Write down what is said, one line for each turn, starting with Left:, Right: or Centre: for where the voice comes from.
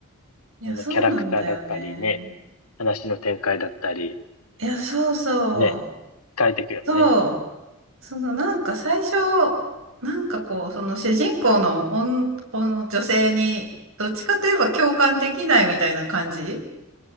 Right: いや、
Left: そのキャラクターだったりね、
Right: そうなんだよね。
Left: 話の展開だったり、
Right: いや、そうそ
Left: ね、変えていくよね。
Right: う。そう、そのなんか最初、なんかこう、その主人公の女、女女性に、どっちかといえば共感できないみたいな感じ